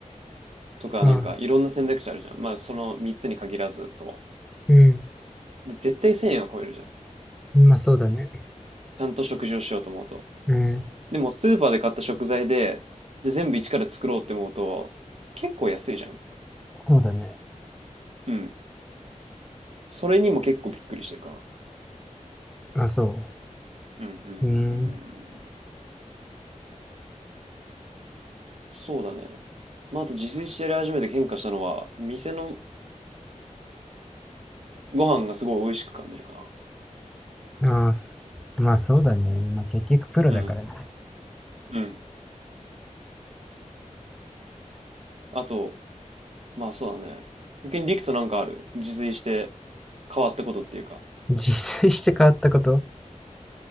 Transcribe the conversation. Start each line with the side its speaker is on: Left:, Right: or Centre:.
Right: とか、
Centre: あ
Right: なんかいろんな選択肢あるじゃん。まあその3つに限らずとも。
Centre: うん。
Right: で、絶対1000円は超えるじゃん。
Centre: まあそうだね。
Right: ちゃんと食事をしようと思うと。
Centre: うん。
Right: でもスーパーで買った食材で、じゃあ全部一から作ろうって思うと、結構安いじゃん。
Centre: そうだね。
Right: うん。それにも結構びっくりしてるかな。
Centre: まあ、そ
Right: うんうんうんうんうん
Centre: う。うん。
Right: そうだね。まあ、あと自炊してやり始めて変化したのは、店のご飯がすごい美味しく感じるか
Centre: あまあそうだね。まあ結局プロだからね。
Right: な。うん。うん。あと、まあそうだね。逆にリクとなんかある自炊して変わったことっていうか。
Centre: 自炊して変わったこと